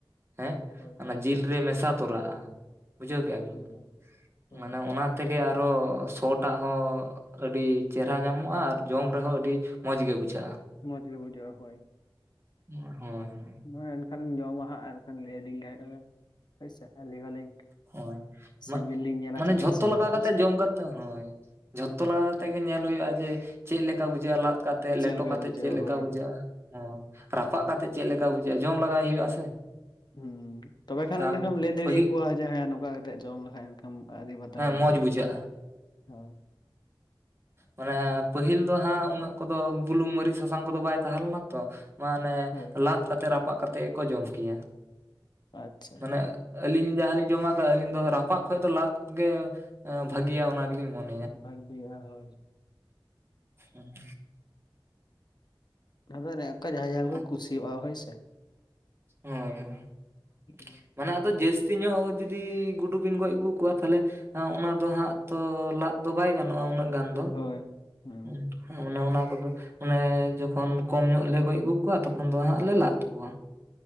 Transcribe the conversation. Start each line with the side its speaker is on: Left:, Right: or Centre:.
Right: ᱦᱮᱸ
Left: ᱦᱳᱭ
Right: ᱚᱱᱟ ᱡᱤᱞ ᱨᱮ ᱢᱮᱥᱟ ᱛᱚᱨᱟᱜᱼᱟ᱾ ᱵᱩᱡᱷᱟᱹᱣ ᱠᱮᱫᱼᱟ ᱵᱤᱱ
Left: ᱦᱳᱭ ᱦᱳᱭ ᱦᱳᱭ
Right: ᱢᱟᱱᱮ ᱚᱱᱟ ᱛᱮᱜᱮ ᱟᱨᱚ ᱥᱚᱴᱟᱜ ᱦᱚᱸ ᱟᱹᱰᱤ ᱪᱮᱨᱦᱟ ᱧᱟᱢᱚᱜᱼᱟ ᱟᱨ ᱡᱚᱢ ᱨᱮᱦᱚᱸ ᱟᱹᱰᱤ ᱢᱚᱸᱡᱽ ᱜᱮ ᱵᱩᱡᱷᱟᱹᱜᱼᱟ᱾
Left: ᱢᱚᱸᱡᱽ ᱜᱮ ᱵᱩᱡᱷᱟᱹᱜᱼᱟ ᱦᱳᱭ᱾
Right: ᱦᱳᱭ ᱦᱳᱭ
Left: ᱱᱚᱜᱼᱚᱭ ᱮᱱᱠᱷᱟᱱᱤᱧ ᱡᱚᱢᱟ ᱦᱟᱸᱜ ᱮᱱᱠᱷᱟᱱ ᱞᱟᱹᱭᱟᱞᱤᱧ ᱠᱷᱟᱱᱮᱢ ᱦᱳᱭᱥᱮ ᱟᱹᱞᱤᱧ ᱦᱚᱸᱞᱤᱧ
Right: ᱦᱳᱭ <unintelligible>
Left: ᱥᱤᱵᱤᱞ ᱞᱤᱧ ᱧᱮᱞᱟ
Right: ᱢᱟᱱᱮ
Left: ᱪᱮᱫ
Right: ᱡᱷᱚᱛᱚ
Left: ᱞᱮᱠᱟ ᱥᱤᱵᱤᱞᱟ
Right: ᱞᱟᱜᱟᱣ ᱠᱟᱛᱮᱜ
Left: ᱦᱳᱭᱥᱮ
Right: ᱡᱚᱢ ᱠᱟᱛᱮ ᱦᱳᱭ ᱡᱷᱚᱛᱚ ᱞᱟᱜᱟᱣ ᱠᱟᱛᱮᱜ ᱜᱮ ᱧᱮᱞ ᱦᱩᱭᱩᱜᱼᱟ ᱡᱮ ᱪᱮᱫ ᱞᱮᱠᱟ ᱵᱩᱡᱷᱟᱹᱜᱼᱟ ᱞᱟᱫ ᱠᱟᱛᱮᱫ,
Left: ᱪᱮᱫ
Right: ᱞᱮᱴᱚ
Left: ᱞᱮᱠᱟ
Right: ᱠᱟᱛᱮᱫ
Left: ᱵᱩᱡᱷᱟᱹᱜᱼᱟ
Right: ᱪᱮᱫ ᱞᱮᱠᱟ
Left: ᱦᱳᱭ
Right: ᱵᱩᱡᱷᱟᱹᱜᱼᱟ᱾ ᱚ ᱨᱟᱯᱟᱜ ᱠᱟᱛᱮᱜ ᱪᱮᱫ ᱞᱮᱠᱟ ᱵᱩᱡᱷᱟᱹᱜᱼᱟ᱾ ᱡᱚᱢ ᱞᱟᱜᱟᱭ ᱦᱩᱭᱩᱜᱼᱟ ᱥᱮ᱾
Left: ᱦᱩᱸ ᱛᱚᱵᱮ ᱠᱷᱟᱱ
Right: ᱟᱨ
Left: ᱮᱠᱷᱟᱱᱢ ᱞᱟᱹᱭ ᱫᱟᱲᱮᱭᱟᱠᱩᱣᱟ
Right: ᱯᱟᱹᱦᱤᱞ
Left: ᱡᱮ ᱦᱮᱸ ᱱᱚᱝᱠᱟ ᱠᱟᱛᱮᱜ ᱡᱚᱢ ᱞᱮ ᱵᱟᱠᱷᱟᱡ ᱮᱱᱠᱷᱟᱱ ᱟᱹᱰᱤ ᱵᱟᱛᱟᱨ
Right: ᱦᱮᱸ
Left: ᱵᱩᱡᱩᱜᱼᱟ
Right: ᱢᱚᱸᱡᱽ ᱵᱩᱡᱷᱟᱹᱜᱼᱟ
Left: ᱦᱳᱭ᱾
Right: ᱢᱟᱱᱮ ᱯᱟᱹᱦᱤᱞ ᱫᱚ ᱦᱟᱸᱜ ᱩᱱᱟᱹᱜ ᱠᱚᱫᱚ ᱵᱩᱞᱩᱝ ᱢᱟᱹᱨᱤᱪ ᱥᱟᱥᱟᱝ ᱠᱚᱫᱚ ᱵᱟᱭ ᱛᱟᱦᱮᱸ ᱞᱮᱱᱟ ᱛᱚ, ᱢᱟᱱᱮ
Left: ᱦᱳᱭ
Right: ᱞᱟᱫ ᱠᱟᱛᱮᱜ ᱨᱟᱯᱟᱜ ᱠᱟᱛᱮᱜ ᱠᱚ ᱡᱚᱢ ᱠᱮᱭᱟ᱾
Left: ᱟᱪᱪᱷᱟ
Right: ᱢᱟᱱᱮ ᱟᱹᱞᱤᱧ ᱡᱟᱦᱟᱸ ᱞᱤᱧ ᱡᱚᱢᱟ ᱠᱟᱜ ᱟᱹᱞᱤᱧ ᱫᱚ ᱨᱟᱯᱟᱜ ᱠᱷᱚᱡ ᱫᱚ ᱞᱟᱫ ᱜᱮ ᱵᱷᱟᱹᱜᱤᱭᱟ᱾ ᱚᱱᱟ ᱜᱮᱞᱤᱧ ᱢᱚᱱᱮ
Left: ᱵᱷᱟᱹᱜᱤᱭᱟ ᱦᱳᱭ
Right: ᱦᱩᱸ
Left: ᱟᱫᱚ ᱚᱱᱮ ᱚᱱᱠᱟ ᱡᱟᱦᱟᱸ ᱡᱟᱦᱟᱸ
Right: ᱦᱳᱭ
Left: ᱜᱮᱠᱚ ᱠᱩᱥᱤᱭᱟᱜᱼᱟ ᱦᱳᱭ ᱥᱮ᱾
Right: ᱦᱳᱭ ᱦᱳᱭ
Left: ᱦᱩᱸ
Right: ᱢᱟᱱᱮ ᱟᱫᱚ ᱡᱟᱹᱥᱛᱤ ᱧᱚᱜ ᱡᱩᱫᱤ ᱜᱩᱰᱩᱵᱤᱱ ᱜᱚᱡ ᱟᱹᱜᱩ ᱠᱚᱣᱟ ᱛᱟᱦᱚᱞᱮ, ᱚᱱᱟ ᱫᱚ ᱦᱟᱸᱜ ᱛᱚ ᱞᱟᱫ ᱫᱚ ᱵᱟᱭ ᱜᱟᱱᱚᱜᱼᱟ ᱩᱱᱟᱹᱜ ᱜᱟᱱ ᱫᱚ
Left: ᱦᱳᱭ ᱦᱩᱸ
Right: <unintelligible> ᱚᱱᱮ ᱚᱱᱟ ᱠᱚᱫᱚ ᱚᱱᱮ ᱡᱚᱠᱷᱚᱱ ᱠᱚᱢ ᱧᱚᱜ ᱞᱮ ᱜᱚᱡ ᱟᱹᱜᱩ ᱠᱚᱣᱟ᱾ ᱛᱚᱠᱷᱚᱱ ᱫᱚ ᱦᱟᱸᱜ ᱞᱮ ᱞᱟᱫ ᱠᱚᱣᱟ ᱾